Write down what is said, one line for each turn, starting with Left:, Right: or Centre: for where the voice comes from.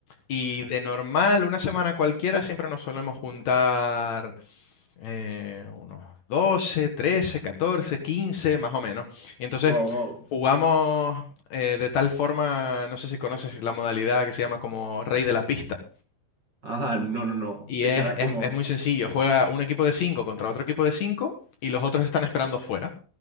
Left: Y de normal, una semana cualquiera, siempre nos solemos juntar eh, unos doce trece catorce quince más o menos. Y entonces
Right: Wow, wow.
Left: jugamos eh, de tal forma, no sé si conoces la modalidad que se llama como Rey de la Pista.
Right: Ajá, no, no, no.
Left: Y
Right: Que
Left: es,
Right: será
Left: es-
Right: como.
Left: es muy sencillo, juega un equipo de 5 contra otro equipo de 5 y los otros están esperando fuera.